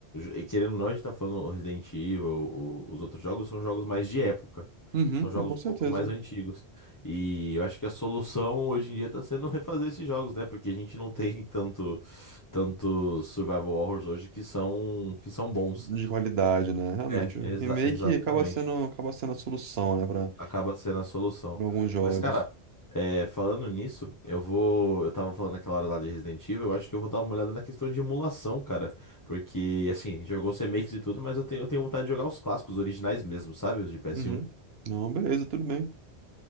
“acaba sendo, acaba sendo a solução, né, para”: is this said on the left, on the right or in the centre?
Right